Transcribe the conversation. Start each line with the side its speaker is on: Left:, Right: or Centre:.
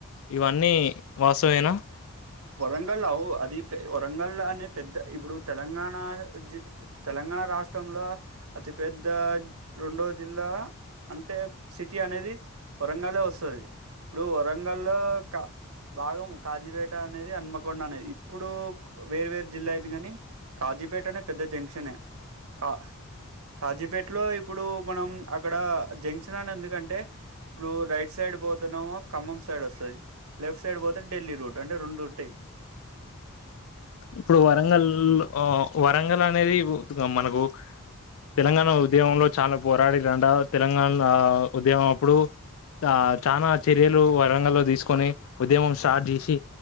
Left: ఇవన్నీ వాస్థమేనా?
Right: వరంగల్ అవు, అది పె వరంగల్లా అనే పెద్ద ఇప్పుడు తెలంగాణ జి తె తెలంగాణ రాష్ట్రంలో అతిపెద్ద రెండో జిల్లా అంటే, సిటీ అనేది వరంగల్లే వస్తది. ఇప్పుడు వరంగల్లో క భాగం కాజీపేట్ ట అనేది అన్మకొండ అనేద్. ఇప్పుడు వేరు వేరు జిల్లా అయింది గని కాజీపేటనే పెద్ద జంక్షనే. క కాజీపేటలో ఇప్పుడు మనం అక్కడ జంక్షన్ అనేన్దుకంటే ఇప్పుడు రైట్ సైడ్ పోతనేమో ఖమ్మం సైడ్ వస్తది, లెఫ్ట్ సైడ్ పోతె ఢిల్లీ రోడ్. దంటె రోండుంటయ్
Left: ఇప్పుడు వరంగల్ ఆ వరంగల్ అనేది ఉ మనకు తెలంగాణ ఉద్యమంలో చాల పోరాడిర్రంట. తెలంగాణ ఉద్యమం అప్పుడు చా చాన చర్యలు వరంగల్లో తీసుకొని ఉద్యమం స్టార్ట్ చేసి